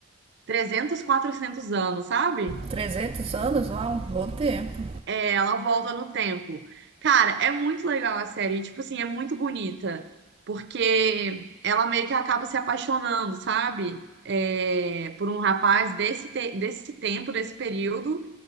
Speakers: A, on the right; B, on the right.
A: 300, 400 anos, sabe?
B: Trezentos anos, uau, bom tempo.
A: É, ela volta no tempo. Cara, é muito legal a série, tipo assim, é muito bonita, porque ela meio que acaba se apaixonando, sabe? É, por um rapaz desse, te- desse tempo, desse período,